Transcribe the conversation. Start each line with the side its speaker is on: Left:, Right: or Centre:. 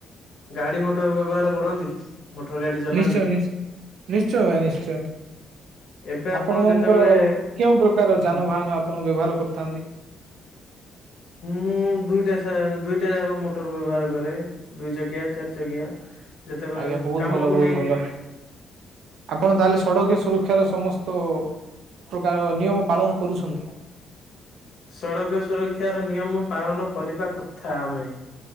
Left: ଗାଡି ମଟର ବ୍ୟବହାର କରନ୍ତି। ମଟର ଗାଡି ଚଲାନ୍ତି
Right: ନିଶ୍ଚୟ ନି ନିଶ୍ଚୟ ଭାଇ ନିଶ୍ଚୟ।
Left: ଏବେ ଆପଣ
Right: ଆପଣଙ୍କର
Left: ଯେତେବେଳେ
Right: କେଉଁ ପ୍ରକାର
Left: ହଁ
Right: ଯାନବାହାନ ଆପଣ ବ୍ୟବହାର କରିଥାନ୍ତି?
Left: ମୁଁ ଦୁଇଟା ଦୁଇଟା ଯାକ ମଟର ବ୍ୟବହାର କରେ। ଦୁଇ ଚାକିଆ ଚାରି ଚାକିଆ ଯେତେବେଳେ
Right: ଆଜ୍ଞା ବହୁତ
Left: କାମକୁ
Right: ଭଲ ବହୁତ
Left: ନେଇ
Right: ଭଲ ଆପଣ ତାହେଲେ ସଡ଼କ ସୁରକ୍ଷାର ସମସ୍ତ ପ୍ରକାର ନିୟମ ପାଳନ କରୁଛନ୍ତି।
Left: ସଡ଼କ ସୁରକ୍ଷାର ନିୟମ ପାଳନ କରିବା କଥା ଆମେ।